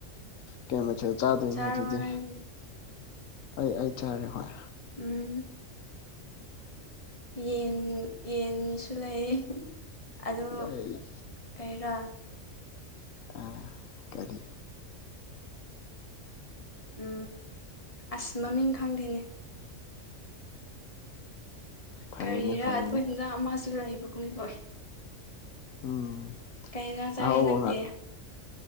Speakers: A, on the left; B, on the left.
A: ꯀꯩ ꯃꯊꯦꯜ ꯆꯥꯗꯣꯏꯅꯣ
B: ꯆꯥꯔꯕ
A: ꯑꯗꯨꯗꯤ
B: ꯅꯪꯗꯤ
A: ꯑꯩ ꯑꯩ ꯆꯔꯦ ꯍꯣꯏ
B: ꯎꯝ ꯌꯦꯟ ꯌꯦꯟꯁꯨ ꯂꯩ ꯑꯗꯣ
A: ꯑꯩ
B: ꯀꯩꯔꯥ
A: ꯑꯥ ꯀꯔꯤ
B: ꯎ ꯑꯁ ꯃꯃꯤꯡ ꯈꯪꯗꯦꯅꯦ
A: ꯐꯔꯦꯅꯦ
B: ꯀꯔꯤꯔꯥ
A: ꯐꯔꯦꯅꯦ
B: ꯑꯗꯨꯒ ꯍꯟꯖꯥꯡ ꯑꯃꯁꯨ ꯂꯩꯕꯒꯨꯝꯗ
A: ꯎꯝ
B: ꯀꯩ ꯏꯟꯁꯥꯡ ꯆꯥꯒꯦ
A: ꯑꯍꯥꯎꯕ
B: ꯅꯪꯗꯤ